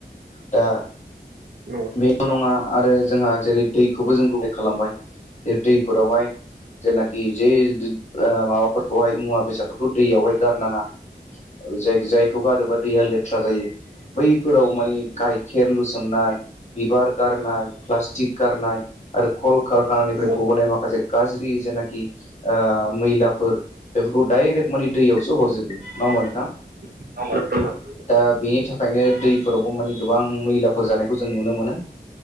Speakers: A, on the left (about 40°); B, on the right (about 60°).
A: दा
B: नंगौ
A: बे नङा आरो जोंहा जेरै दैखौबो जों <unintelligible> खालामबाय जै दैफोरावहाय जेनाखि जे आ माबाफोरखौहाय मुवा बेसादफोरखौ दैयावहाय गारनाङा। जाय जायखौ गारोबा दैया <unintelligible> जायो बैफोराव माने गाइखेर लुसननाय। बिबार गारनाय प्लास्टिक गारनाय आरो कल कारखानिफ्राय
B: नंगौ नंगौ नोंथां
A: गबोनाय माखासे गाज्रि जेनाखि मैलाफोर बेफोरखौ डाइरेक्ट मानि दैयावसो हरजोबो नङा होमबा नोंथां।
B: <unintelligible>
A: दा बेनि थाखायनो दैफोरावबो मानि गोबां मैलाफोर जानायखौ जों नुनो मोनो।